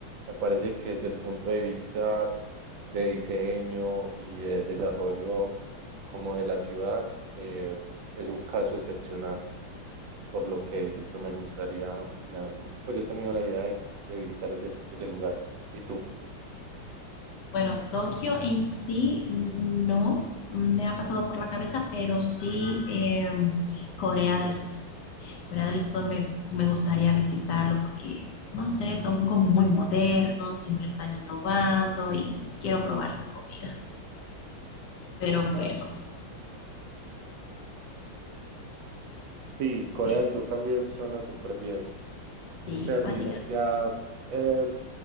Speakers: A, on the right (about 75°); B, on the left (about 65°).
A: me parece que desde el punto de vista de diseño y de desarrollo como de la ciudad eh, es un caso excepcional, por lo que siempre me gustaría, me ha- pues he tenido la idea de, de visitar ese, ese lugar. ¿Y tú?
B: Bueno, Tokio en sí no me ha pasado por la cabeza, pero sí eh, Corea del Sur. Corea del Sur me, me gustaría visitarlo porque, no sé, son como muy modernos, siempre están innovando y quiero probar su comida. Pero bueno.
A: Sí, Corea
B: eh,
A: del Sur también suena súper bien.
B: Sí,
A: Serlina,
B: básicamente,
A: ya, eh,